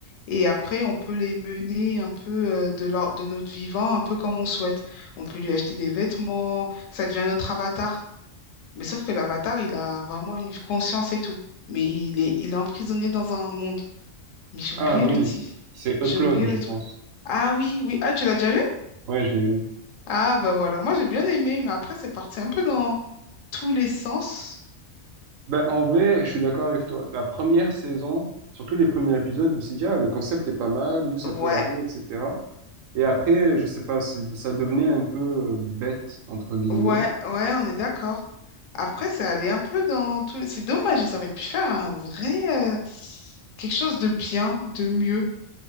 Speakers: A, on the left (about 85°); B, on the right (about 85°).
A: Et après, on peut les mener un peu euh, de leur, de notre vivant, un peu comme on souhaite. On peut lui acheter des vêtements, ça devient notre avatar. Mais sauf que l'avatar, il a vraiment une conscience et tout. Mais il est, il est emprisonné dans un monde. Mais j'ai oublié
B: Ah oui,
A: le titre.
B: c'est Upload,
A: J'ai oublié
B: je
A: le
B: pense.
A: truc. Ah oui, oui. Ah, tu l'as déjà vu?
B: Ouais, je l'ai vu.
A: Ah, bah voilà. Moi, j'ai bien aimé, mais après, c'est parti un peu dans tous les sens.
B: Ben, en vrai, je suis d'accord avec toi. La première saison, surtout les premiers épisodes, je me suis dit, ah, le concept est pas mal, où ça
A: Ouais.
B: peut aller, etc. Et après, je sais pas, c'est- ça devenait un peu euh, bête, entre guillemets.
A: Ouais, ouais, on est d'accord. Après, ça allait un peu dans tout. C'est dommage, ils auraient pu faire un vrai euh, quelque chose de bien, de mieux.